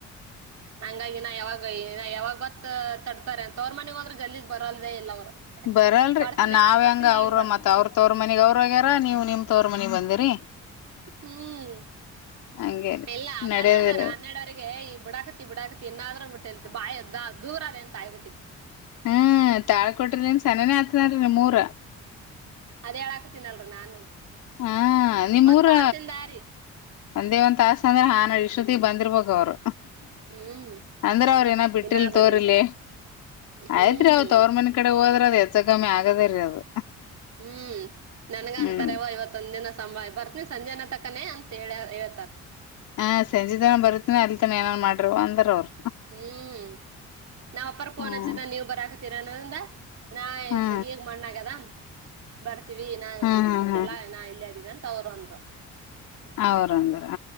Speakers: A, on the right (about 60°); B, on the left (about 85°).
A: ಹಂಗಾಗಿ ನಾ ಯಾವಾಗ ಯಾವಾಗ್ ಬತ್ ತಡ್ತಾರೆ ಅಂತ ಅವ್ರ ಮನೆ ಹೋದರು ಜಲ್ದಿ ಬರಲ್ಲದೇ ಇಲ್ಲ ಅವ್ರು..
B: ಬರಲ್ರಿ
A: ಬರ್ತೀನಿ
B: ನಾವ
A: ಆಗ್ ಬರ್ತೀನಿ
B: ಹೆಂಗ ಅವ್ರ
A: ಈಗ ಬರ್ತೀನಿ
B: ಮತ್ ಅವ್ರ ತವರಮನಿಗ ಅವ್ರೋಗ್ಯಾರ ನೀವು ನಿಮ್ ತವರ ಮನಿಗ್ ಬಂದಿರಿ
A: ಹ್ಮ್
B: ಹಂಗೇರಿ
A: ಎಲ್ಲ ಅಗಳೆ
B: ನಡೆಯದ್ರಿ
A: ಅಂದಾರ ಹನ್ನೆರಡವರೆಗೆ ಈ ಬಿಡಾಕತಿ ಬಿಡಕತಿ ಇನ್ನಾದರೊ ಬೀಟ್ಟಿಲ ಬಾಯ್ದ ದೂರ ಅದ ಎ ಕಾಯವಟ್ಟಿ
B: ಹ್ಮ್ ತಾಳಿಕೊಟಿಲಿಂದ ಸನನೇ ಹಾತದೆನಾರಿ ನಿಮೂರ
A: ಅದೇ ಹೇಳಾಕತೀನಲ್ರ ನಾನು
B: ಹಾ ನಿಮ್ಮ್
A: ಒಂದ್
B: ಊರ
A: ತಾಸಿಂದ ರೀ
B: ಒಂದೇ ಒಂದ್ ತಾಸ್ ಅಂದ್ರಾ ನ ಇಷ್ಟೊತ್ತಿಗೆ ಬಂದಿರ್ಬೇಕು ಅವ್ರು
A: <inaudible>
B: ಅಂದ್ರ
A: ಹ್ಮ್
B: ಅವ್ರ ಇನ ಬಿಟ್ಟ್ರಿಲ್
A: ಇನ್ನ ಬಂದಿಲ್ಲ
B: ತೋರಿಲಿ
A: ಹ್ಮ್
B: ಆಯ್ತ್ರಿ ಅವರ ತವರ್ ಮನಿ ಕಡೆ ಹೋದ್ರದ ಹೆಚ್ಚ ಕಮ್ಮಿ ಆಗದರಿ ಅದು
A: ಹ್ಮ್ ನನ್ಗ
B: ಹ್ಮ್
A: ಅಂತಾರೆವ ಇವತ್ತೊಂದ್ ದಿನ ಸಂ ಬರ್ತನಿ ಸಂಜೆನ ತಕ್ಕನೇ ಅಂತ ಹೇಳ ಹೇಳ್ತಾರ
B: ಹಾ ಸಂಜೆ ತನ ಬರುತ್ತಿನಿ ಅಲ್ತನ ಏನಾರನ್ ಮಾಡ್ರವ ಅಂದಾರ ಅವರು
A: ಹ್ಮ್ ನಾವ್ ಅಪ್ಪರ್ ಪೋನ್
B: ಹ್ಮ
A: ಹಚ್ಚಿದ ನೀವು ಬರ ಹಾಕತೀರನ್ನಂದ ನಾ
B: ಹಾ
A: ಈಗ ಮಣ್ಣಗ್ಯದ ಬರ್ತೀವಿ ನಾ
B: ಹಾ ಹಾ
A: ಮುಟ್ಟಿಲ್ಲ
B: ಹಾ
A: ನಾ ಇಲ್ಲಯ ಆದಿವ ತವ್ರಂದರು
B: ಹೌರಂದರ